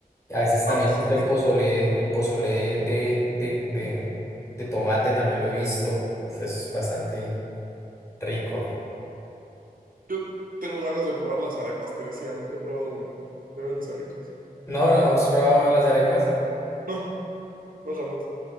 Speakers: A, on the left; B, on the right.
A: A veces también
B: ah, sí.
A: he visto el pozole, el pozole de, de, de, de tomate, también lo he visto. Uf, es bastante rico.
B: Yo tengo ganas de probar las arepas, te decía, nunca he probado una. Deben de ser ricas.
A: No, no, ¿has probado las arepas?
B: No, no jamás.